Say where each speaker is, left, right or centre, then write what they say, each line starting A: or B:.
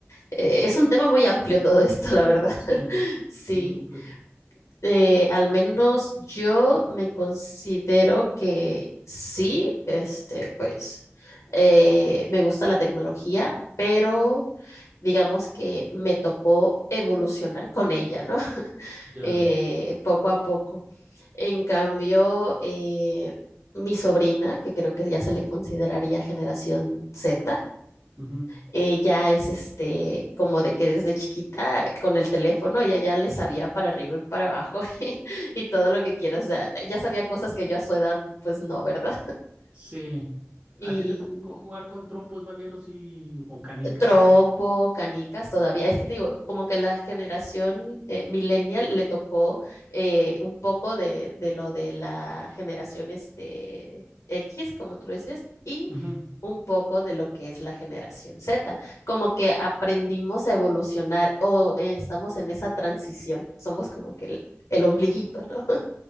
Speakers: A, on the left; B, on the right.
A: eh, es un tema muy amplio todo esto, <laughs> la verdad.
B: Sí,
A: Sí,
B: sí es muy complejo.
A: Eh, al menos yo me considero que sí, este, pues, eh, me gusta la tecnología, pero digamos que me tocó evolucionar con ella, ¿no?
B: Ya.
A: eh, poco a poco. En cambio, eh, mi sobrina, que creo que ya se le consideraría generación Z,
B: ujú,
A: ella es este, como de que desde chiquita con el teléfono ella ya le sabía para arriba y para abajo <laughs> y todo lo que quieras. o sea, ya sabía cosas que yo a su edad, pues no, ¿verdad?
B: Sí.
A: Y
B: ¿A ti te tocó jugar con trompos, valeros y o canicas
A: Tropo,
B: o cosas
A: canicas todavía. Es que te digo, como que la generación eh, millennial le tocó eh, un poco de, de lo de la generación este, X, como tú lo dices, y
B: así? Ujú,
A: un poco de lo que es la generación Z. Como que aprendimos a evolucionar o eh, estamos en esa transición. Somos como que el, el ombliguito, ¿no? <laughs>